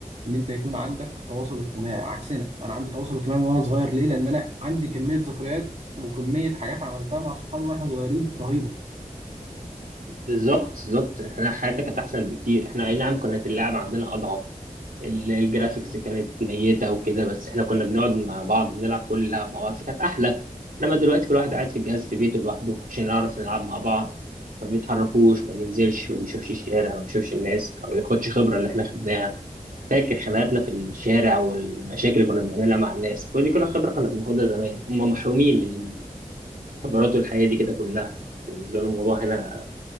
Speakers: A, on the right; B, on the right.
A: ان انت يكون عندك تواصل اجتماعي عكسنا انا عندي تواصل اجتماعي من وانا صغير ليه لان انا عندي كميه ذكريات وكميه حاجات عملتها مع صحابي واحنا صغيرين رهيبه
B: بالظبط بالظبط احنا حياتنا كانت احسن بكتير احنا اي نعم كانت اللعبه عندنا اضعف ال- الجرافيكس كانت ميته وكده بس احنا كنا بنقعد مع بعض بنلعب كل اللعب مع بعض فكانت احلى انما دلوقتي كل واحد قاعد في الجهاز في بيته لوحده عشان نعرف نلعب مع بعض ما بيتحركوش ما بينزلش ما بيشوفش الشارع ما بيشوفش الناس ما بياخدش خبره اللي احنا خدناها فاكر خناقاتنا في الشارع والمشاكل اللي كنا بنعملها مع الناس كل دي كلها خبره كنا بناخدها زمان هم محرومين من الخبرات والحياه دي كده كلها بالنسبه لهم الموضوع هنا